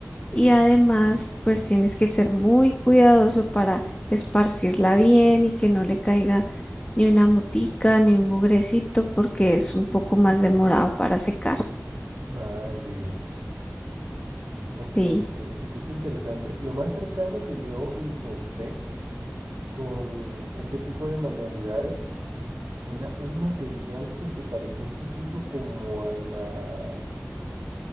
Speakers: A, on the left (about 25°); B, on the right (about 70°).
A: Y además, pues tienes que ser muy cuidadoso para esparcirla bien y que no le caiga ni una motica ni un mugrecito porque es un poco más demorado para secar.
B: Vale, ok,
A: Sí.
B: ok, se escucha interesante. Lo más cercano que yo intenté con ese tipo de manualidades era un material que se parecía un poquito como a la,